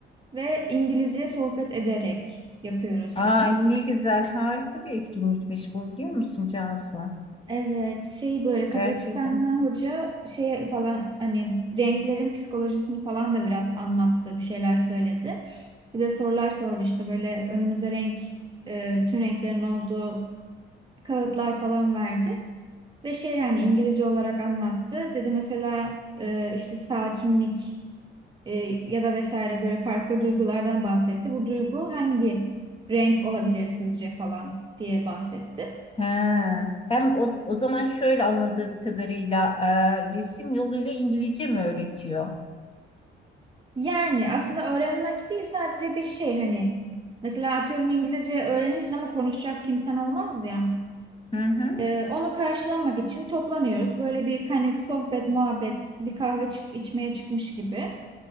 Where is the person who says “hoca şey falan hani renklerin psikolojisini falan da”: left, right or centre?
Right